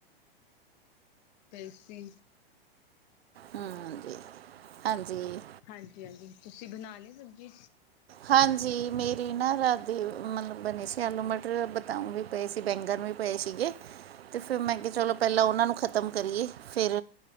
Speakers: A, on the left; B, on the right.
A: ਤੇ ਸੀ।
B: ਹਾਂ ਜੀ, ਹਾਂਜੀ।
A: ਹਾਂਜੀ- ਹਾਂਜੀ, ਤੁਸੀਂ ਬਣਾ ਲੀ ਸਬਜ਼ੀ।
B: ਹਾਂਜੀ, ਮੇਰੀ ਨਾ ਰਾਤੀ, ਮਤਲਬ ਬਣੇ ਸੀ ਆਲੂ- ਮਟਰ, ਬਤਾਉ ਵੀ, ਪਏ ਸੀ। ਬੈਂਗਨ ਵੀ ਪਏ ਸੀਗੇ, ਤੇ ਫਿਰ ਮੈਂ ਕਿਹਾ ਚਲੋ ਪਹਿਲਾਂ ਉਹਨਾਂ ਨੂੰ ਖ਼ਤਮ ਕਰੀਏ, ਫਿਰ